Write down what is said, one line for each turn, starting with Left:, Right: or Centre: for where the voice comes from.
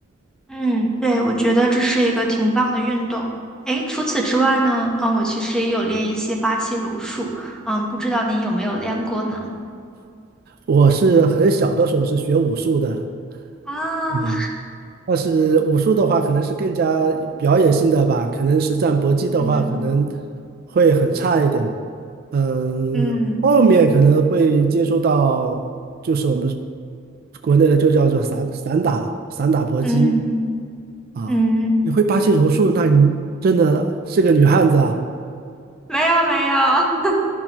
Centre: 嗯，对，我觉得这是一个挺棒的运动。诶，除此之外呢，嗯，我其实也有练一些巴西柔术，嗯，不知道您有没有练过呢？
Right: 我是很小的时候是学武术的，
Centre: 啊，
Right: 嗯。但是武术的话，可能是更加表演性的吧，可能实战搏击的话，
Centre: 嗯
Right: 可能会很差一点。嗯，
Centre: 嗯
Right: 后面可能会接触到，就是我们国内的就叫做散散打、散打搏击
Centre: 嗯
Right: 啊。
Centre: 嗯，
Right: 你会巴西柔术，那你真的是个女汉子啊。
Centre: 没有没有，<laughs>